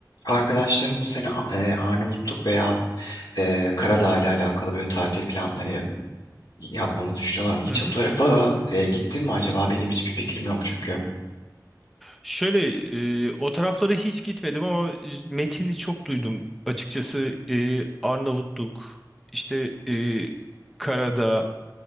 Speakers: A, on the left; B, in the centre.
A: Arkadaşlarım bu sene e, Arnavutluk veya e, Karadağ ile alakalı böyle tatil planları ya- yapmamızı düşünüyorlar mı? Hiç
B: Hı hı.
A: o tarafa e, gittin mi acaba? Benim hiçbir fikrim yok çünkü.
B: Şöyle e, o taraflara hiç gitmedim ama e, metini çok duydum. Açıkçası e, Arnavutluk, işte e, Karadağ,